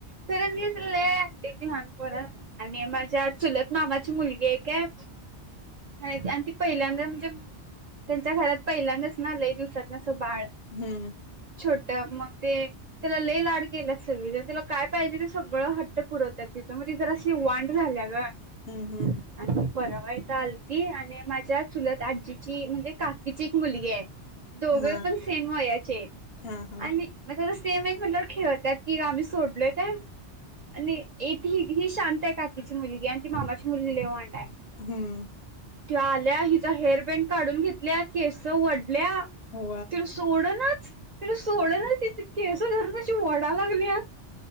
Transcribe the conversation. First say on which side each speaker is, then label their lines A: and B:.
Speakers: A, on the right; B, on the left.
A: खरंच घेतय, लहानपात आणि माझ्या चुलत मामाची मुलगी ये काय. आणि ती पहिल्यांदा म्हणजे, त्यांच्या घरात पहिल्यांदाच ना लंय दिवसातन असं बाळ.
B: हम्म.
A: छोट मग ते, त्याला लै लाड केल्यात सगळीजन तिला काय पाहिजे ते सगळं हट्ट पुरवतात, तिचं म्हणजे जरास. वांड झाल्या गं.
B: हम्म हम.
A: आणि परवा इथं आल ति आणि माझ्या चुलात आजीची म्हणजे, काकीची एक मुलगी आहे. दोघे
B: हा
A: पण सेम वयाचेत
B: हा हा
A: आणि, मग त्या सेम आहेत म्हटलं खेळतात की आम्ही सोडलोय काय. आणि येेत ह ही शांत आहे, काकीची मुलगी आणि ती मामाची मुलगी लै वांडाय.
B: हम्म.
A: ति आल्या हिचा हेअर बेंड काढून घेतल्या केस वढल्या.
B: हो
A: तिला सोड नाच, तिला सोड नाच तिचं केस धरून अशी वडाल्यागल्या.